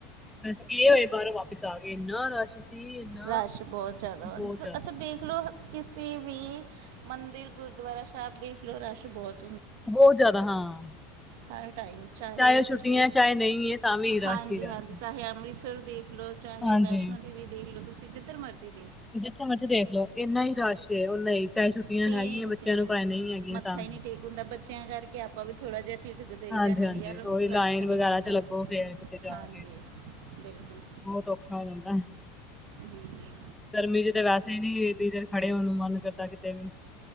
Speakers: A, in the centre; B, on the right (about 70°).
A: ਬਸ ਗਏ ਹੋਏ, ਬਾਹਰੋਂ ਵਾਪਿਸ ਆ ਗਏ ਇੰਨਾ ਰਸ਼। ਸੀ ਇੰਨਾ
B: ਰਸ਼ ਬਹੁਤ ਜ਼ਿਆਦਾ ਹੋ
A: ਬਹੁਤ
B: ਜਾਂਦਾ
A: ਜ਼ਿਆਦਾ
B: ਹੈ, ਅੱਛਾ ਦੇਖ ਲੋ- ਕਿਸੀ ਵੀ ਮੰਦਿਰ, ਗੁਰਦੁਆਰਾ ਸਾਹਿਬ ਦੇਖਲੋ ਰਸ਼ ਬਹੁਤ ਆ।
A: ਬਹੁਤ ਜ਼ਿਆਦਾ ਹਾਂ।
B: ਹਰ ਟਾਈਮ
A: ਚਾਹੇ ਛੁੱਟੀਆਂ
B: ਤੁਸੀਂ
A: ਹੈ, ਚਾਹੇ ਨਹੀਂ ਹੈ ਤਾਂ ਵੀ ਰਸ਼
B: ਹਾਂਜੀ
A: ਹੀ ਰਸ਼।
B: ਹਾਂਜੀ ਚਾਹੇ ਅੰਮ੍ਰਿਤਸਰ ਦੇਖ ਲੋ, ਚਾਹੇ
A: ਹਾਂਜੀ
B: ਵੈਸ਼ਨੋ ਦੇਵੀ ਦੇਖ ਲੋ, ਤੁਸੀਂ ਜਿੱਧਰ ਮਰਜ਼ੀ ਦੇਖ ਲੋ।
A: ਜਿੱਥੇ ਮਰਜ਼ੀ ਦੇਖਲਓ। ਇੰਨਾ ਹੀ ਰਸ਼ ਉਹਨਾਂ ਹੀ ਚਾਹੇ ਛੁੱਟੀਆਂ
B: ਸੇਮ
A: ਹੈਗੀਆਂ ਬੱਚਿਆਂ
B: ਸੇਮ
A: ਨੂੰ ਭਾਵੇਂ ਨਹੀਂ ਹੈਗੀਆਂ
B: ਮੱਥਾ
A: ਤਾਂ ਵੀ।
B: ਹੀ ਨਹੀਂ ਟੇਕ ਹੁੰਦਾ ਬੱਚਿਆਂ ਕਰਕੇ ਆਪਾਂ ਵੀ ਥੋੜਾ ਜਿਹਾ ਚੀਜ਼, ਗਜਹੀ
A: ਹਾਂਜੀ-ਹਾਂਜੀ।
B: ਦਾ ਨਹੀਂ ਯਾਰ
A: ਉਹੀ ਲਾਈਨ
B: ਰਸ਼ ਚ ਨਹੀਂ
A: ਵਗੈਰਾ
B: ਵਣਨਾ
A: ਲੱਗੋ ਫੇਰ ਕਿਤੇ ਜਾ
B: ਹਾਂਜੀ
A: ਕੇ
B: ਬਿਲਕੁਲ।
A: ਬਹੁਤ ਔਖਾ ਹੋ ਜਾਂਦਾ ਹੈ।
B: ਜੀ- ਜੀ।
A: ਗਰਮੀ 'ਚ ਤਾਂ ਵੈਸੇ ਹੀ ਨਹੀਂ ਏਨੀ ਦੇਨ ਖੜੇ ਹੋਣ ਨੂੰ ਮਨ ਕਰਦਾ ਕਿਤੇ ਵੀ